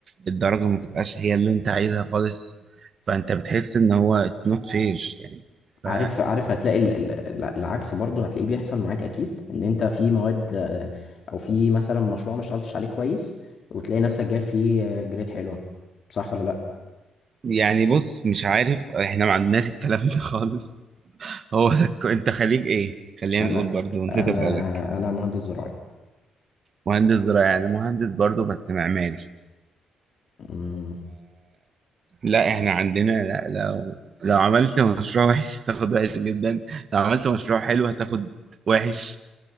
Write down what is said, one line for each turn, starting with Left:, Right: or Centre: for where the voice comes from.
Right: الدرجة ما تبقاش هي اللي انت عايزها خالص فانت بتحس ان هو it's not fair يعني ف
Left: عارف عارف هتلاقي ال- ال- ال- العكس برضه هتلاقيه بيحصل معاك اكيد ان انت في مواد آه، او في مثلا مشروع ما اشتغلتش عليه كويس وتلاقي نفسك جايب فيه آه، جريد حلوه صح ولا لا
Right: يعني بص مش عارف احنا ما عندناش الكلام ده خالص هو <laughs> ده الك- انت خريج ايه خلينا
Left: انا
Right: نقول برضو نسيت
Left: انا
Right: اسالك
Left: انا مهندس
Right: مهندس زراعي انا مهندس برضو بس معماري
Left: زراعي
Right: لا احنا عندنا لا لو لو عملت مشروع وحش هتاخد وحش جدا لو عملت مشروع حلو هتاخد وحش